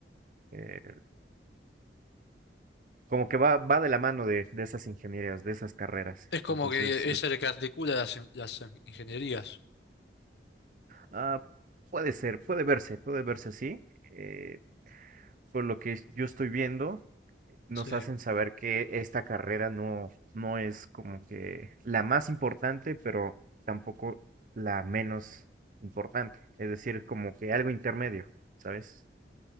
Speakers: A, on the right (about 50°); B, on the left (about 70°).
A: eh, como que va, va de la mano de, de esas ingenierías, de esas carreras.
B: Es como
A: Entonces,
B: que eh,
A: es,
B: es el que articula las, las ingenierías.
A: ah, puede ser, puede verse, puede verse así. eh, por lo que yo estoy viendo, nos
B: Sí.
A: hacen saber que esta carrera no, no es como que la más importante, pero tampoco la menos importante. Es decir, como que algo intermedio, ¿sabes?